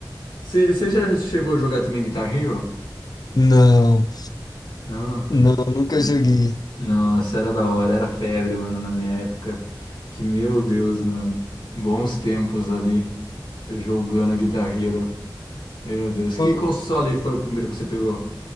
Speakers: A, on the left; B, on the left.
A: Você você já chegou a jogar também Guitar Hero?
B: Não,
A: Não.
B: não, nunca
A: Hum,
B: joguei.
A: Nossa, era da hora. Era febre, mano, na minha época. Que meu Deus, mano. Bons tempos ali. Jogando Guitar Hero. Meu Deus. Que
B: O,
A: console foi o primeiro que você pegou?